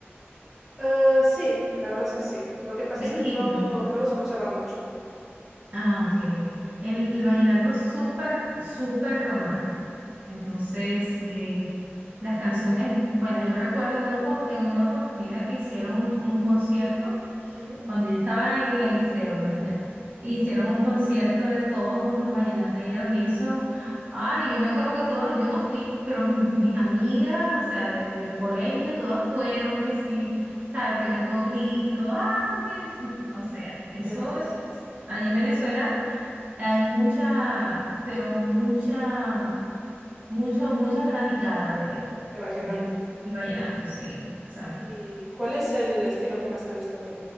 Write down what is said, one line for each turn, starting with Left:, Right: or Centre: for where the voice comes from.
Centre: Eh, sí, la verdad es que sí. Lo que pasa
Right: Es
Centre: es que
Right: lindo,
Centre: no,
Right: ¿verdad?
Centre: no lo escuchaba mucho.
Right: Ah, ok. El, el vallenato es súper, súper romántico. Entonces,
Centre: Sí.
Right: eh, las canciones, bueno, yo recuerdo en una, opor- en una oportunidad que hicieron un concierto
Centre: Ujú.
Right: Cuando yo estaba en el liceo, imagínate. Hicieron un concierto de todos los vallenateros y eso. Ay, yo me acuerdo que todas, yo no fui, pero mis, mis amigas, o sea, de- del colegio, todas fueron que sí, ¿sabes? Pegando gritos. Ay, que es. O sea, eso,
Centre: Qué bonito.
Right: eso es. allí en Venezuela hay mucha, pero mucha, mucho, mucha fanaticada de,
Centre: de vallenato.
Right: de, del vallenato, sí, exacto.
Centre: ¿Y cuál es el estilo que más te gusta a ti?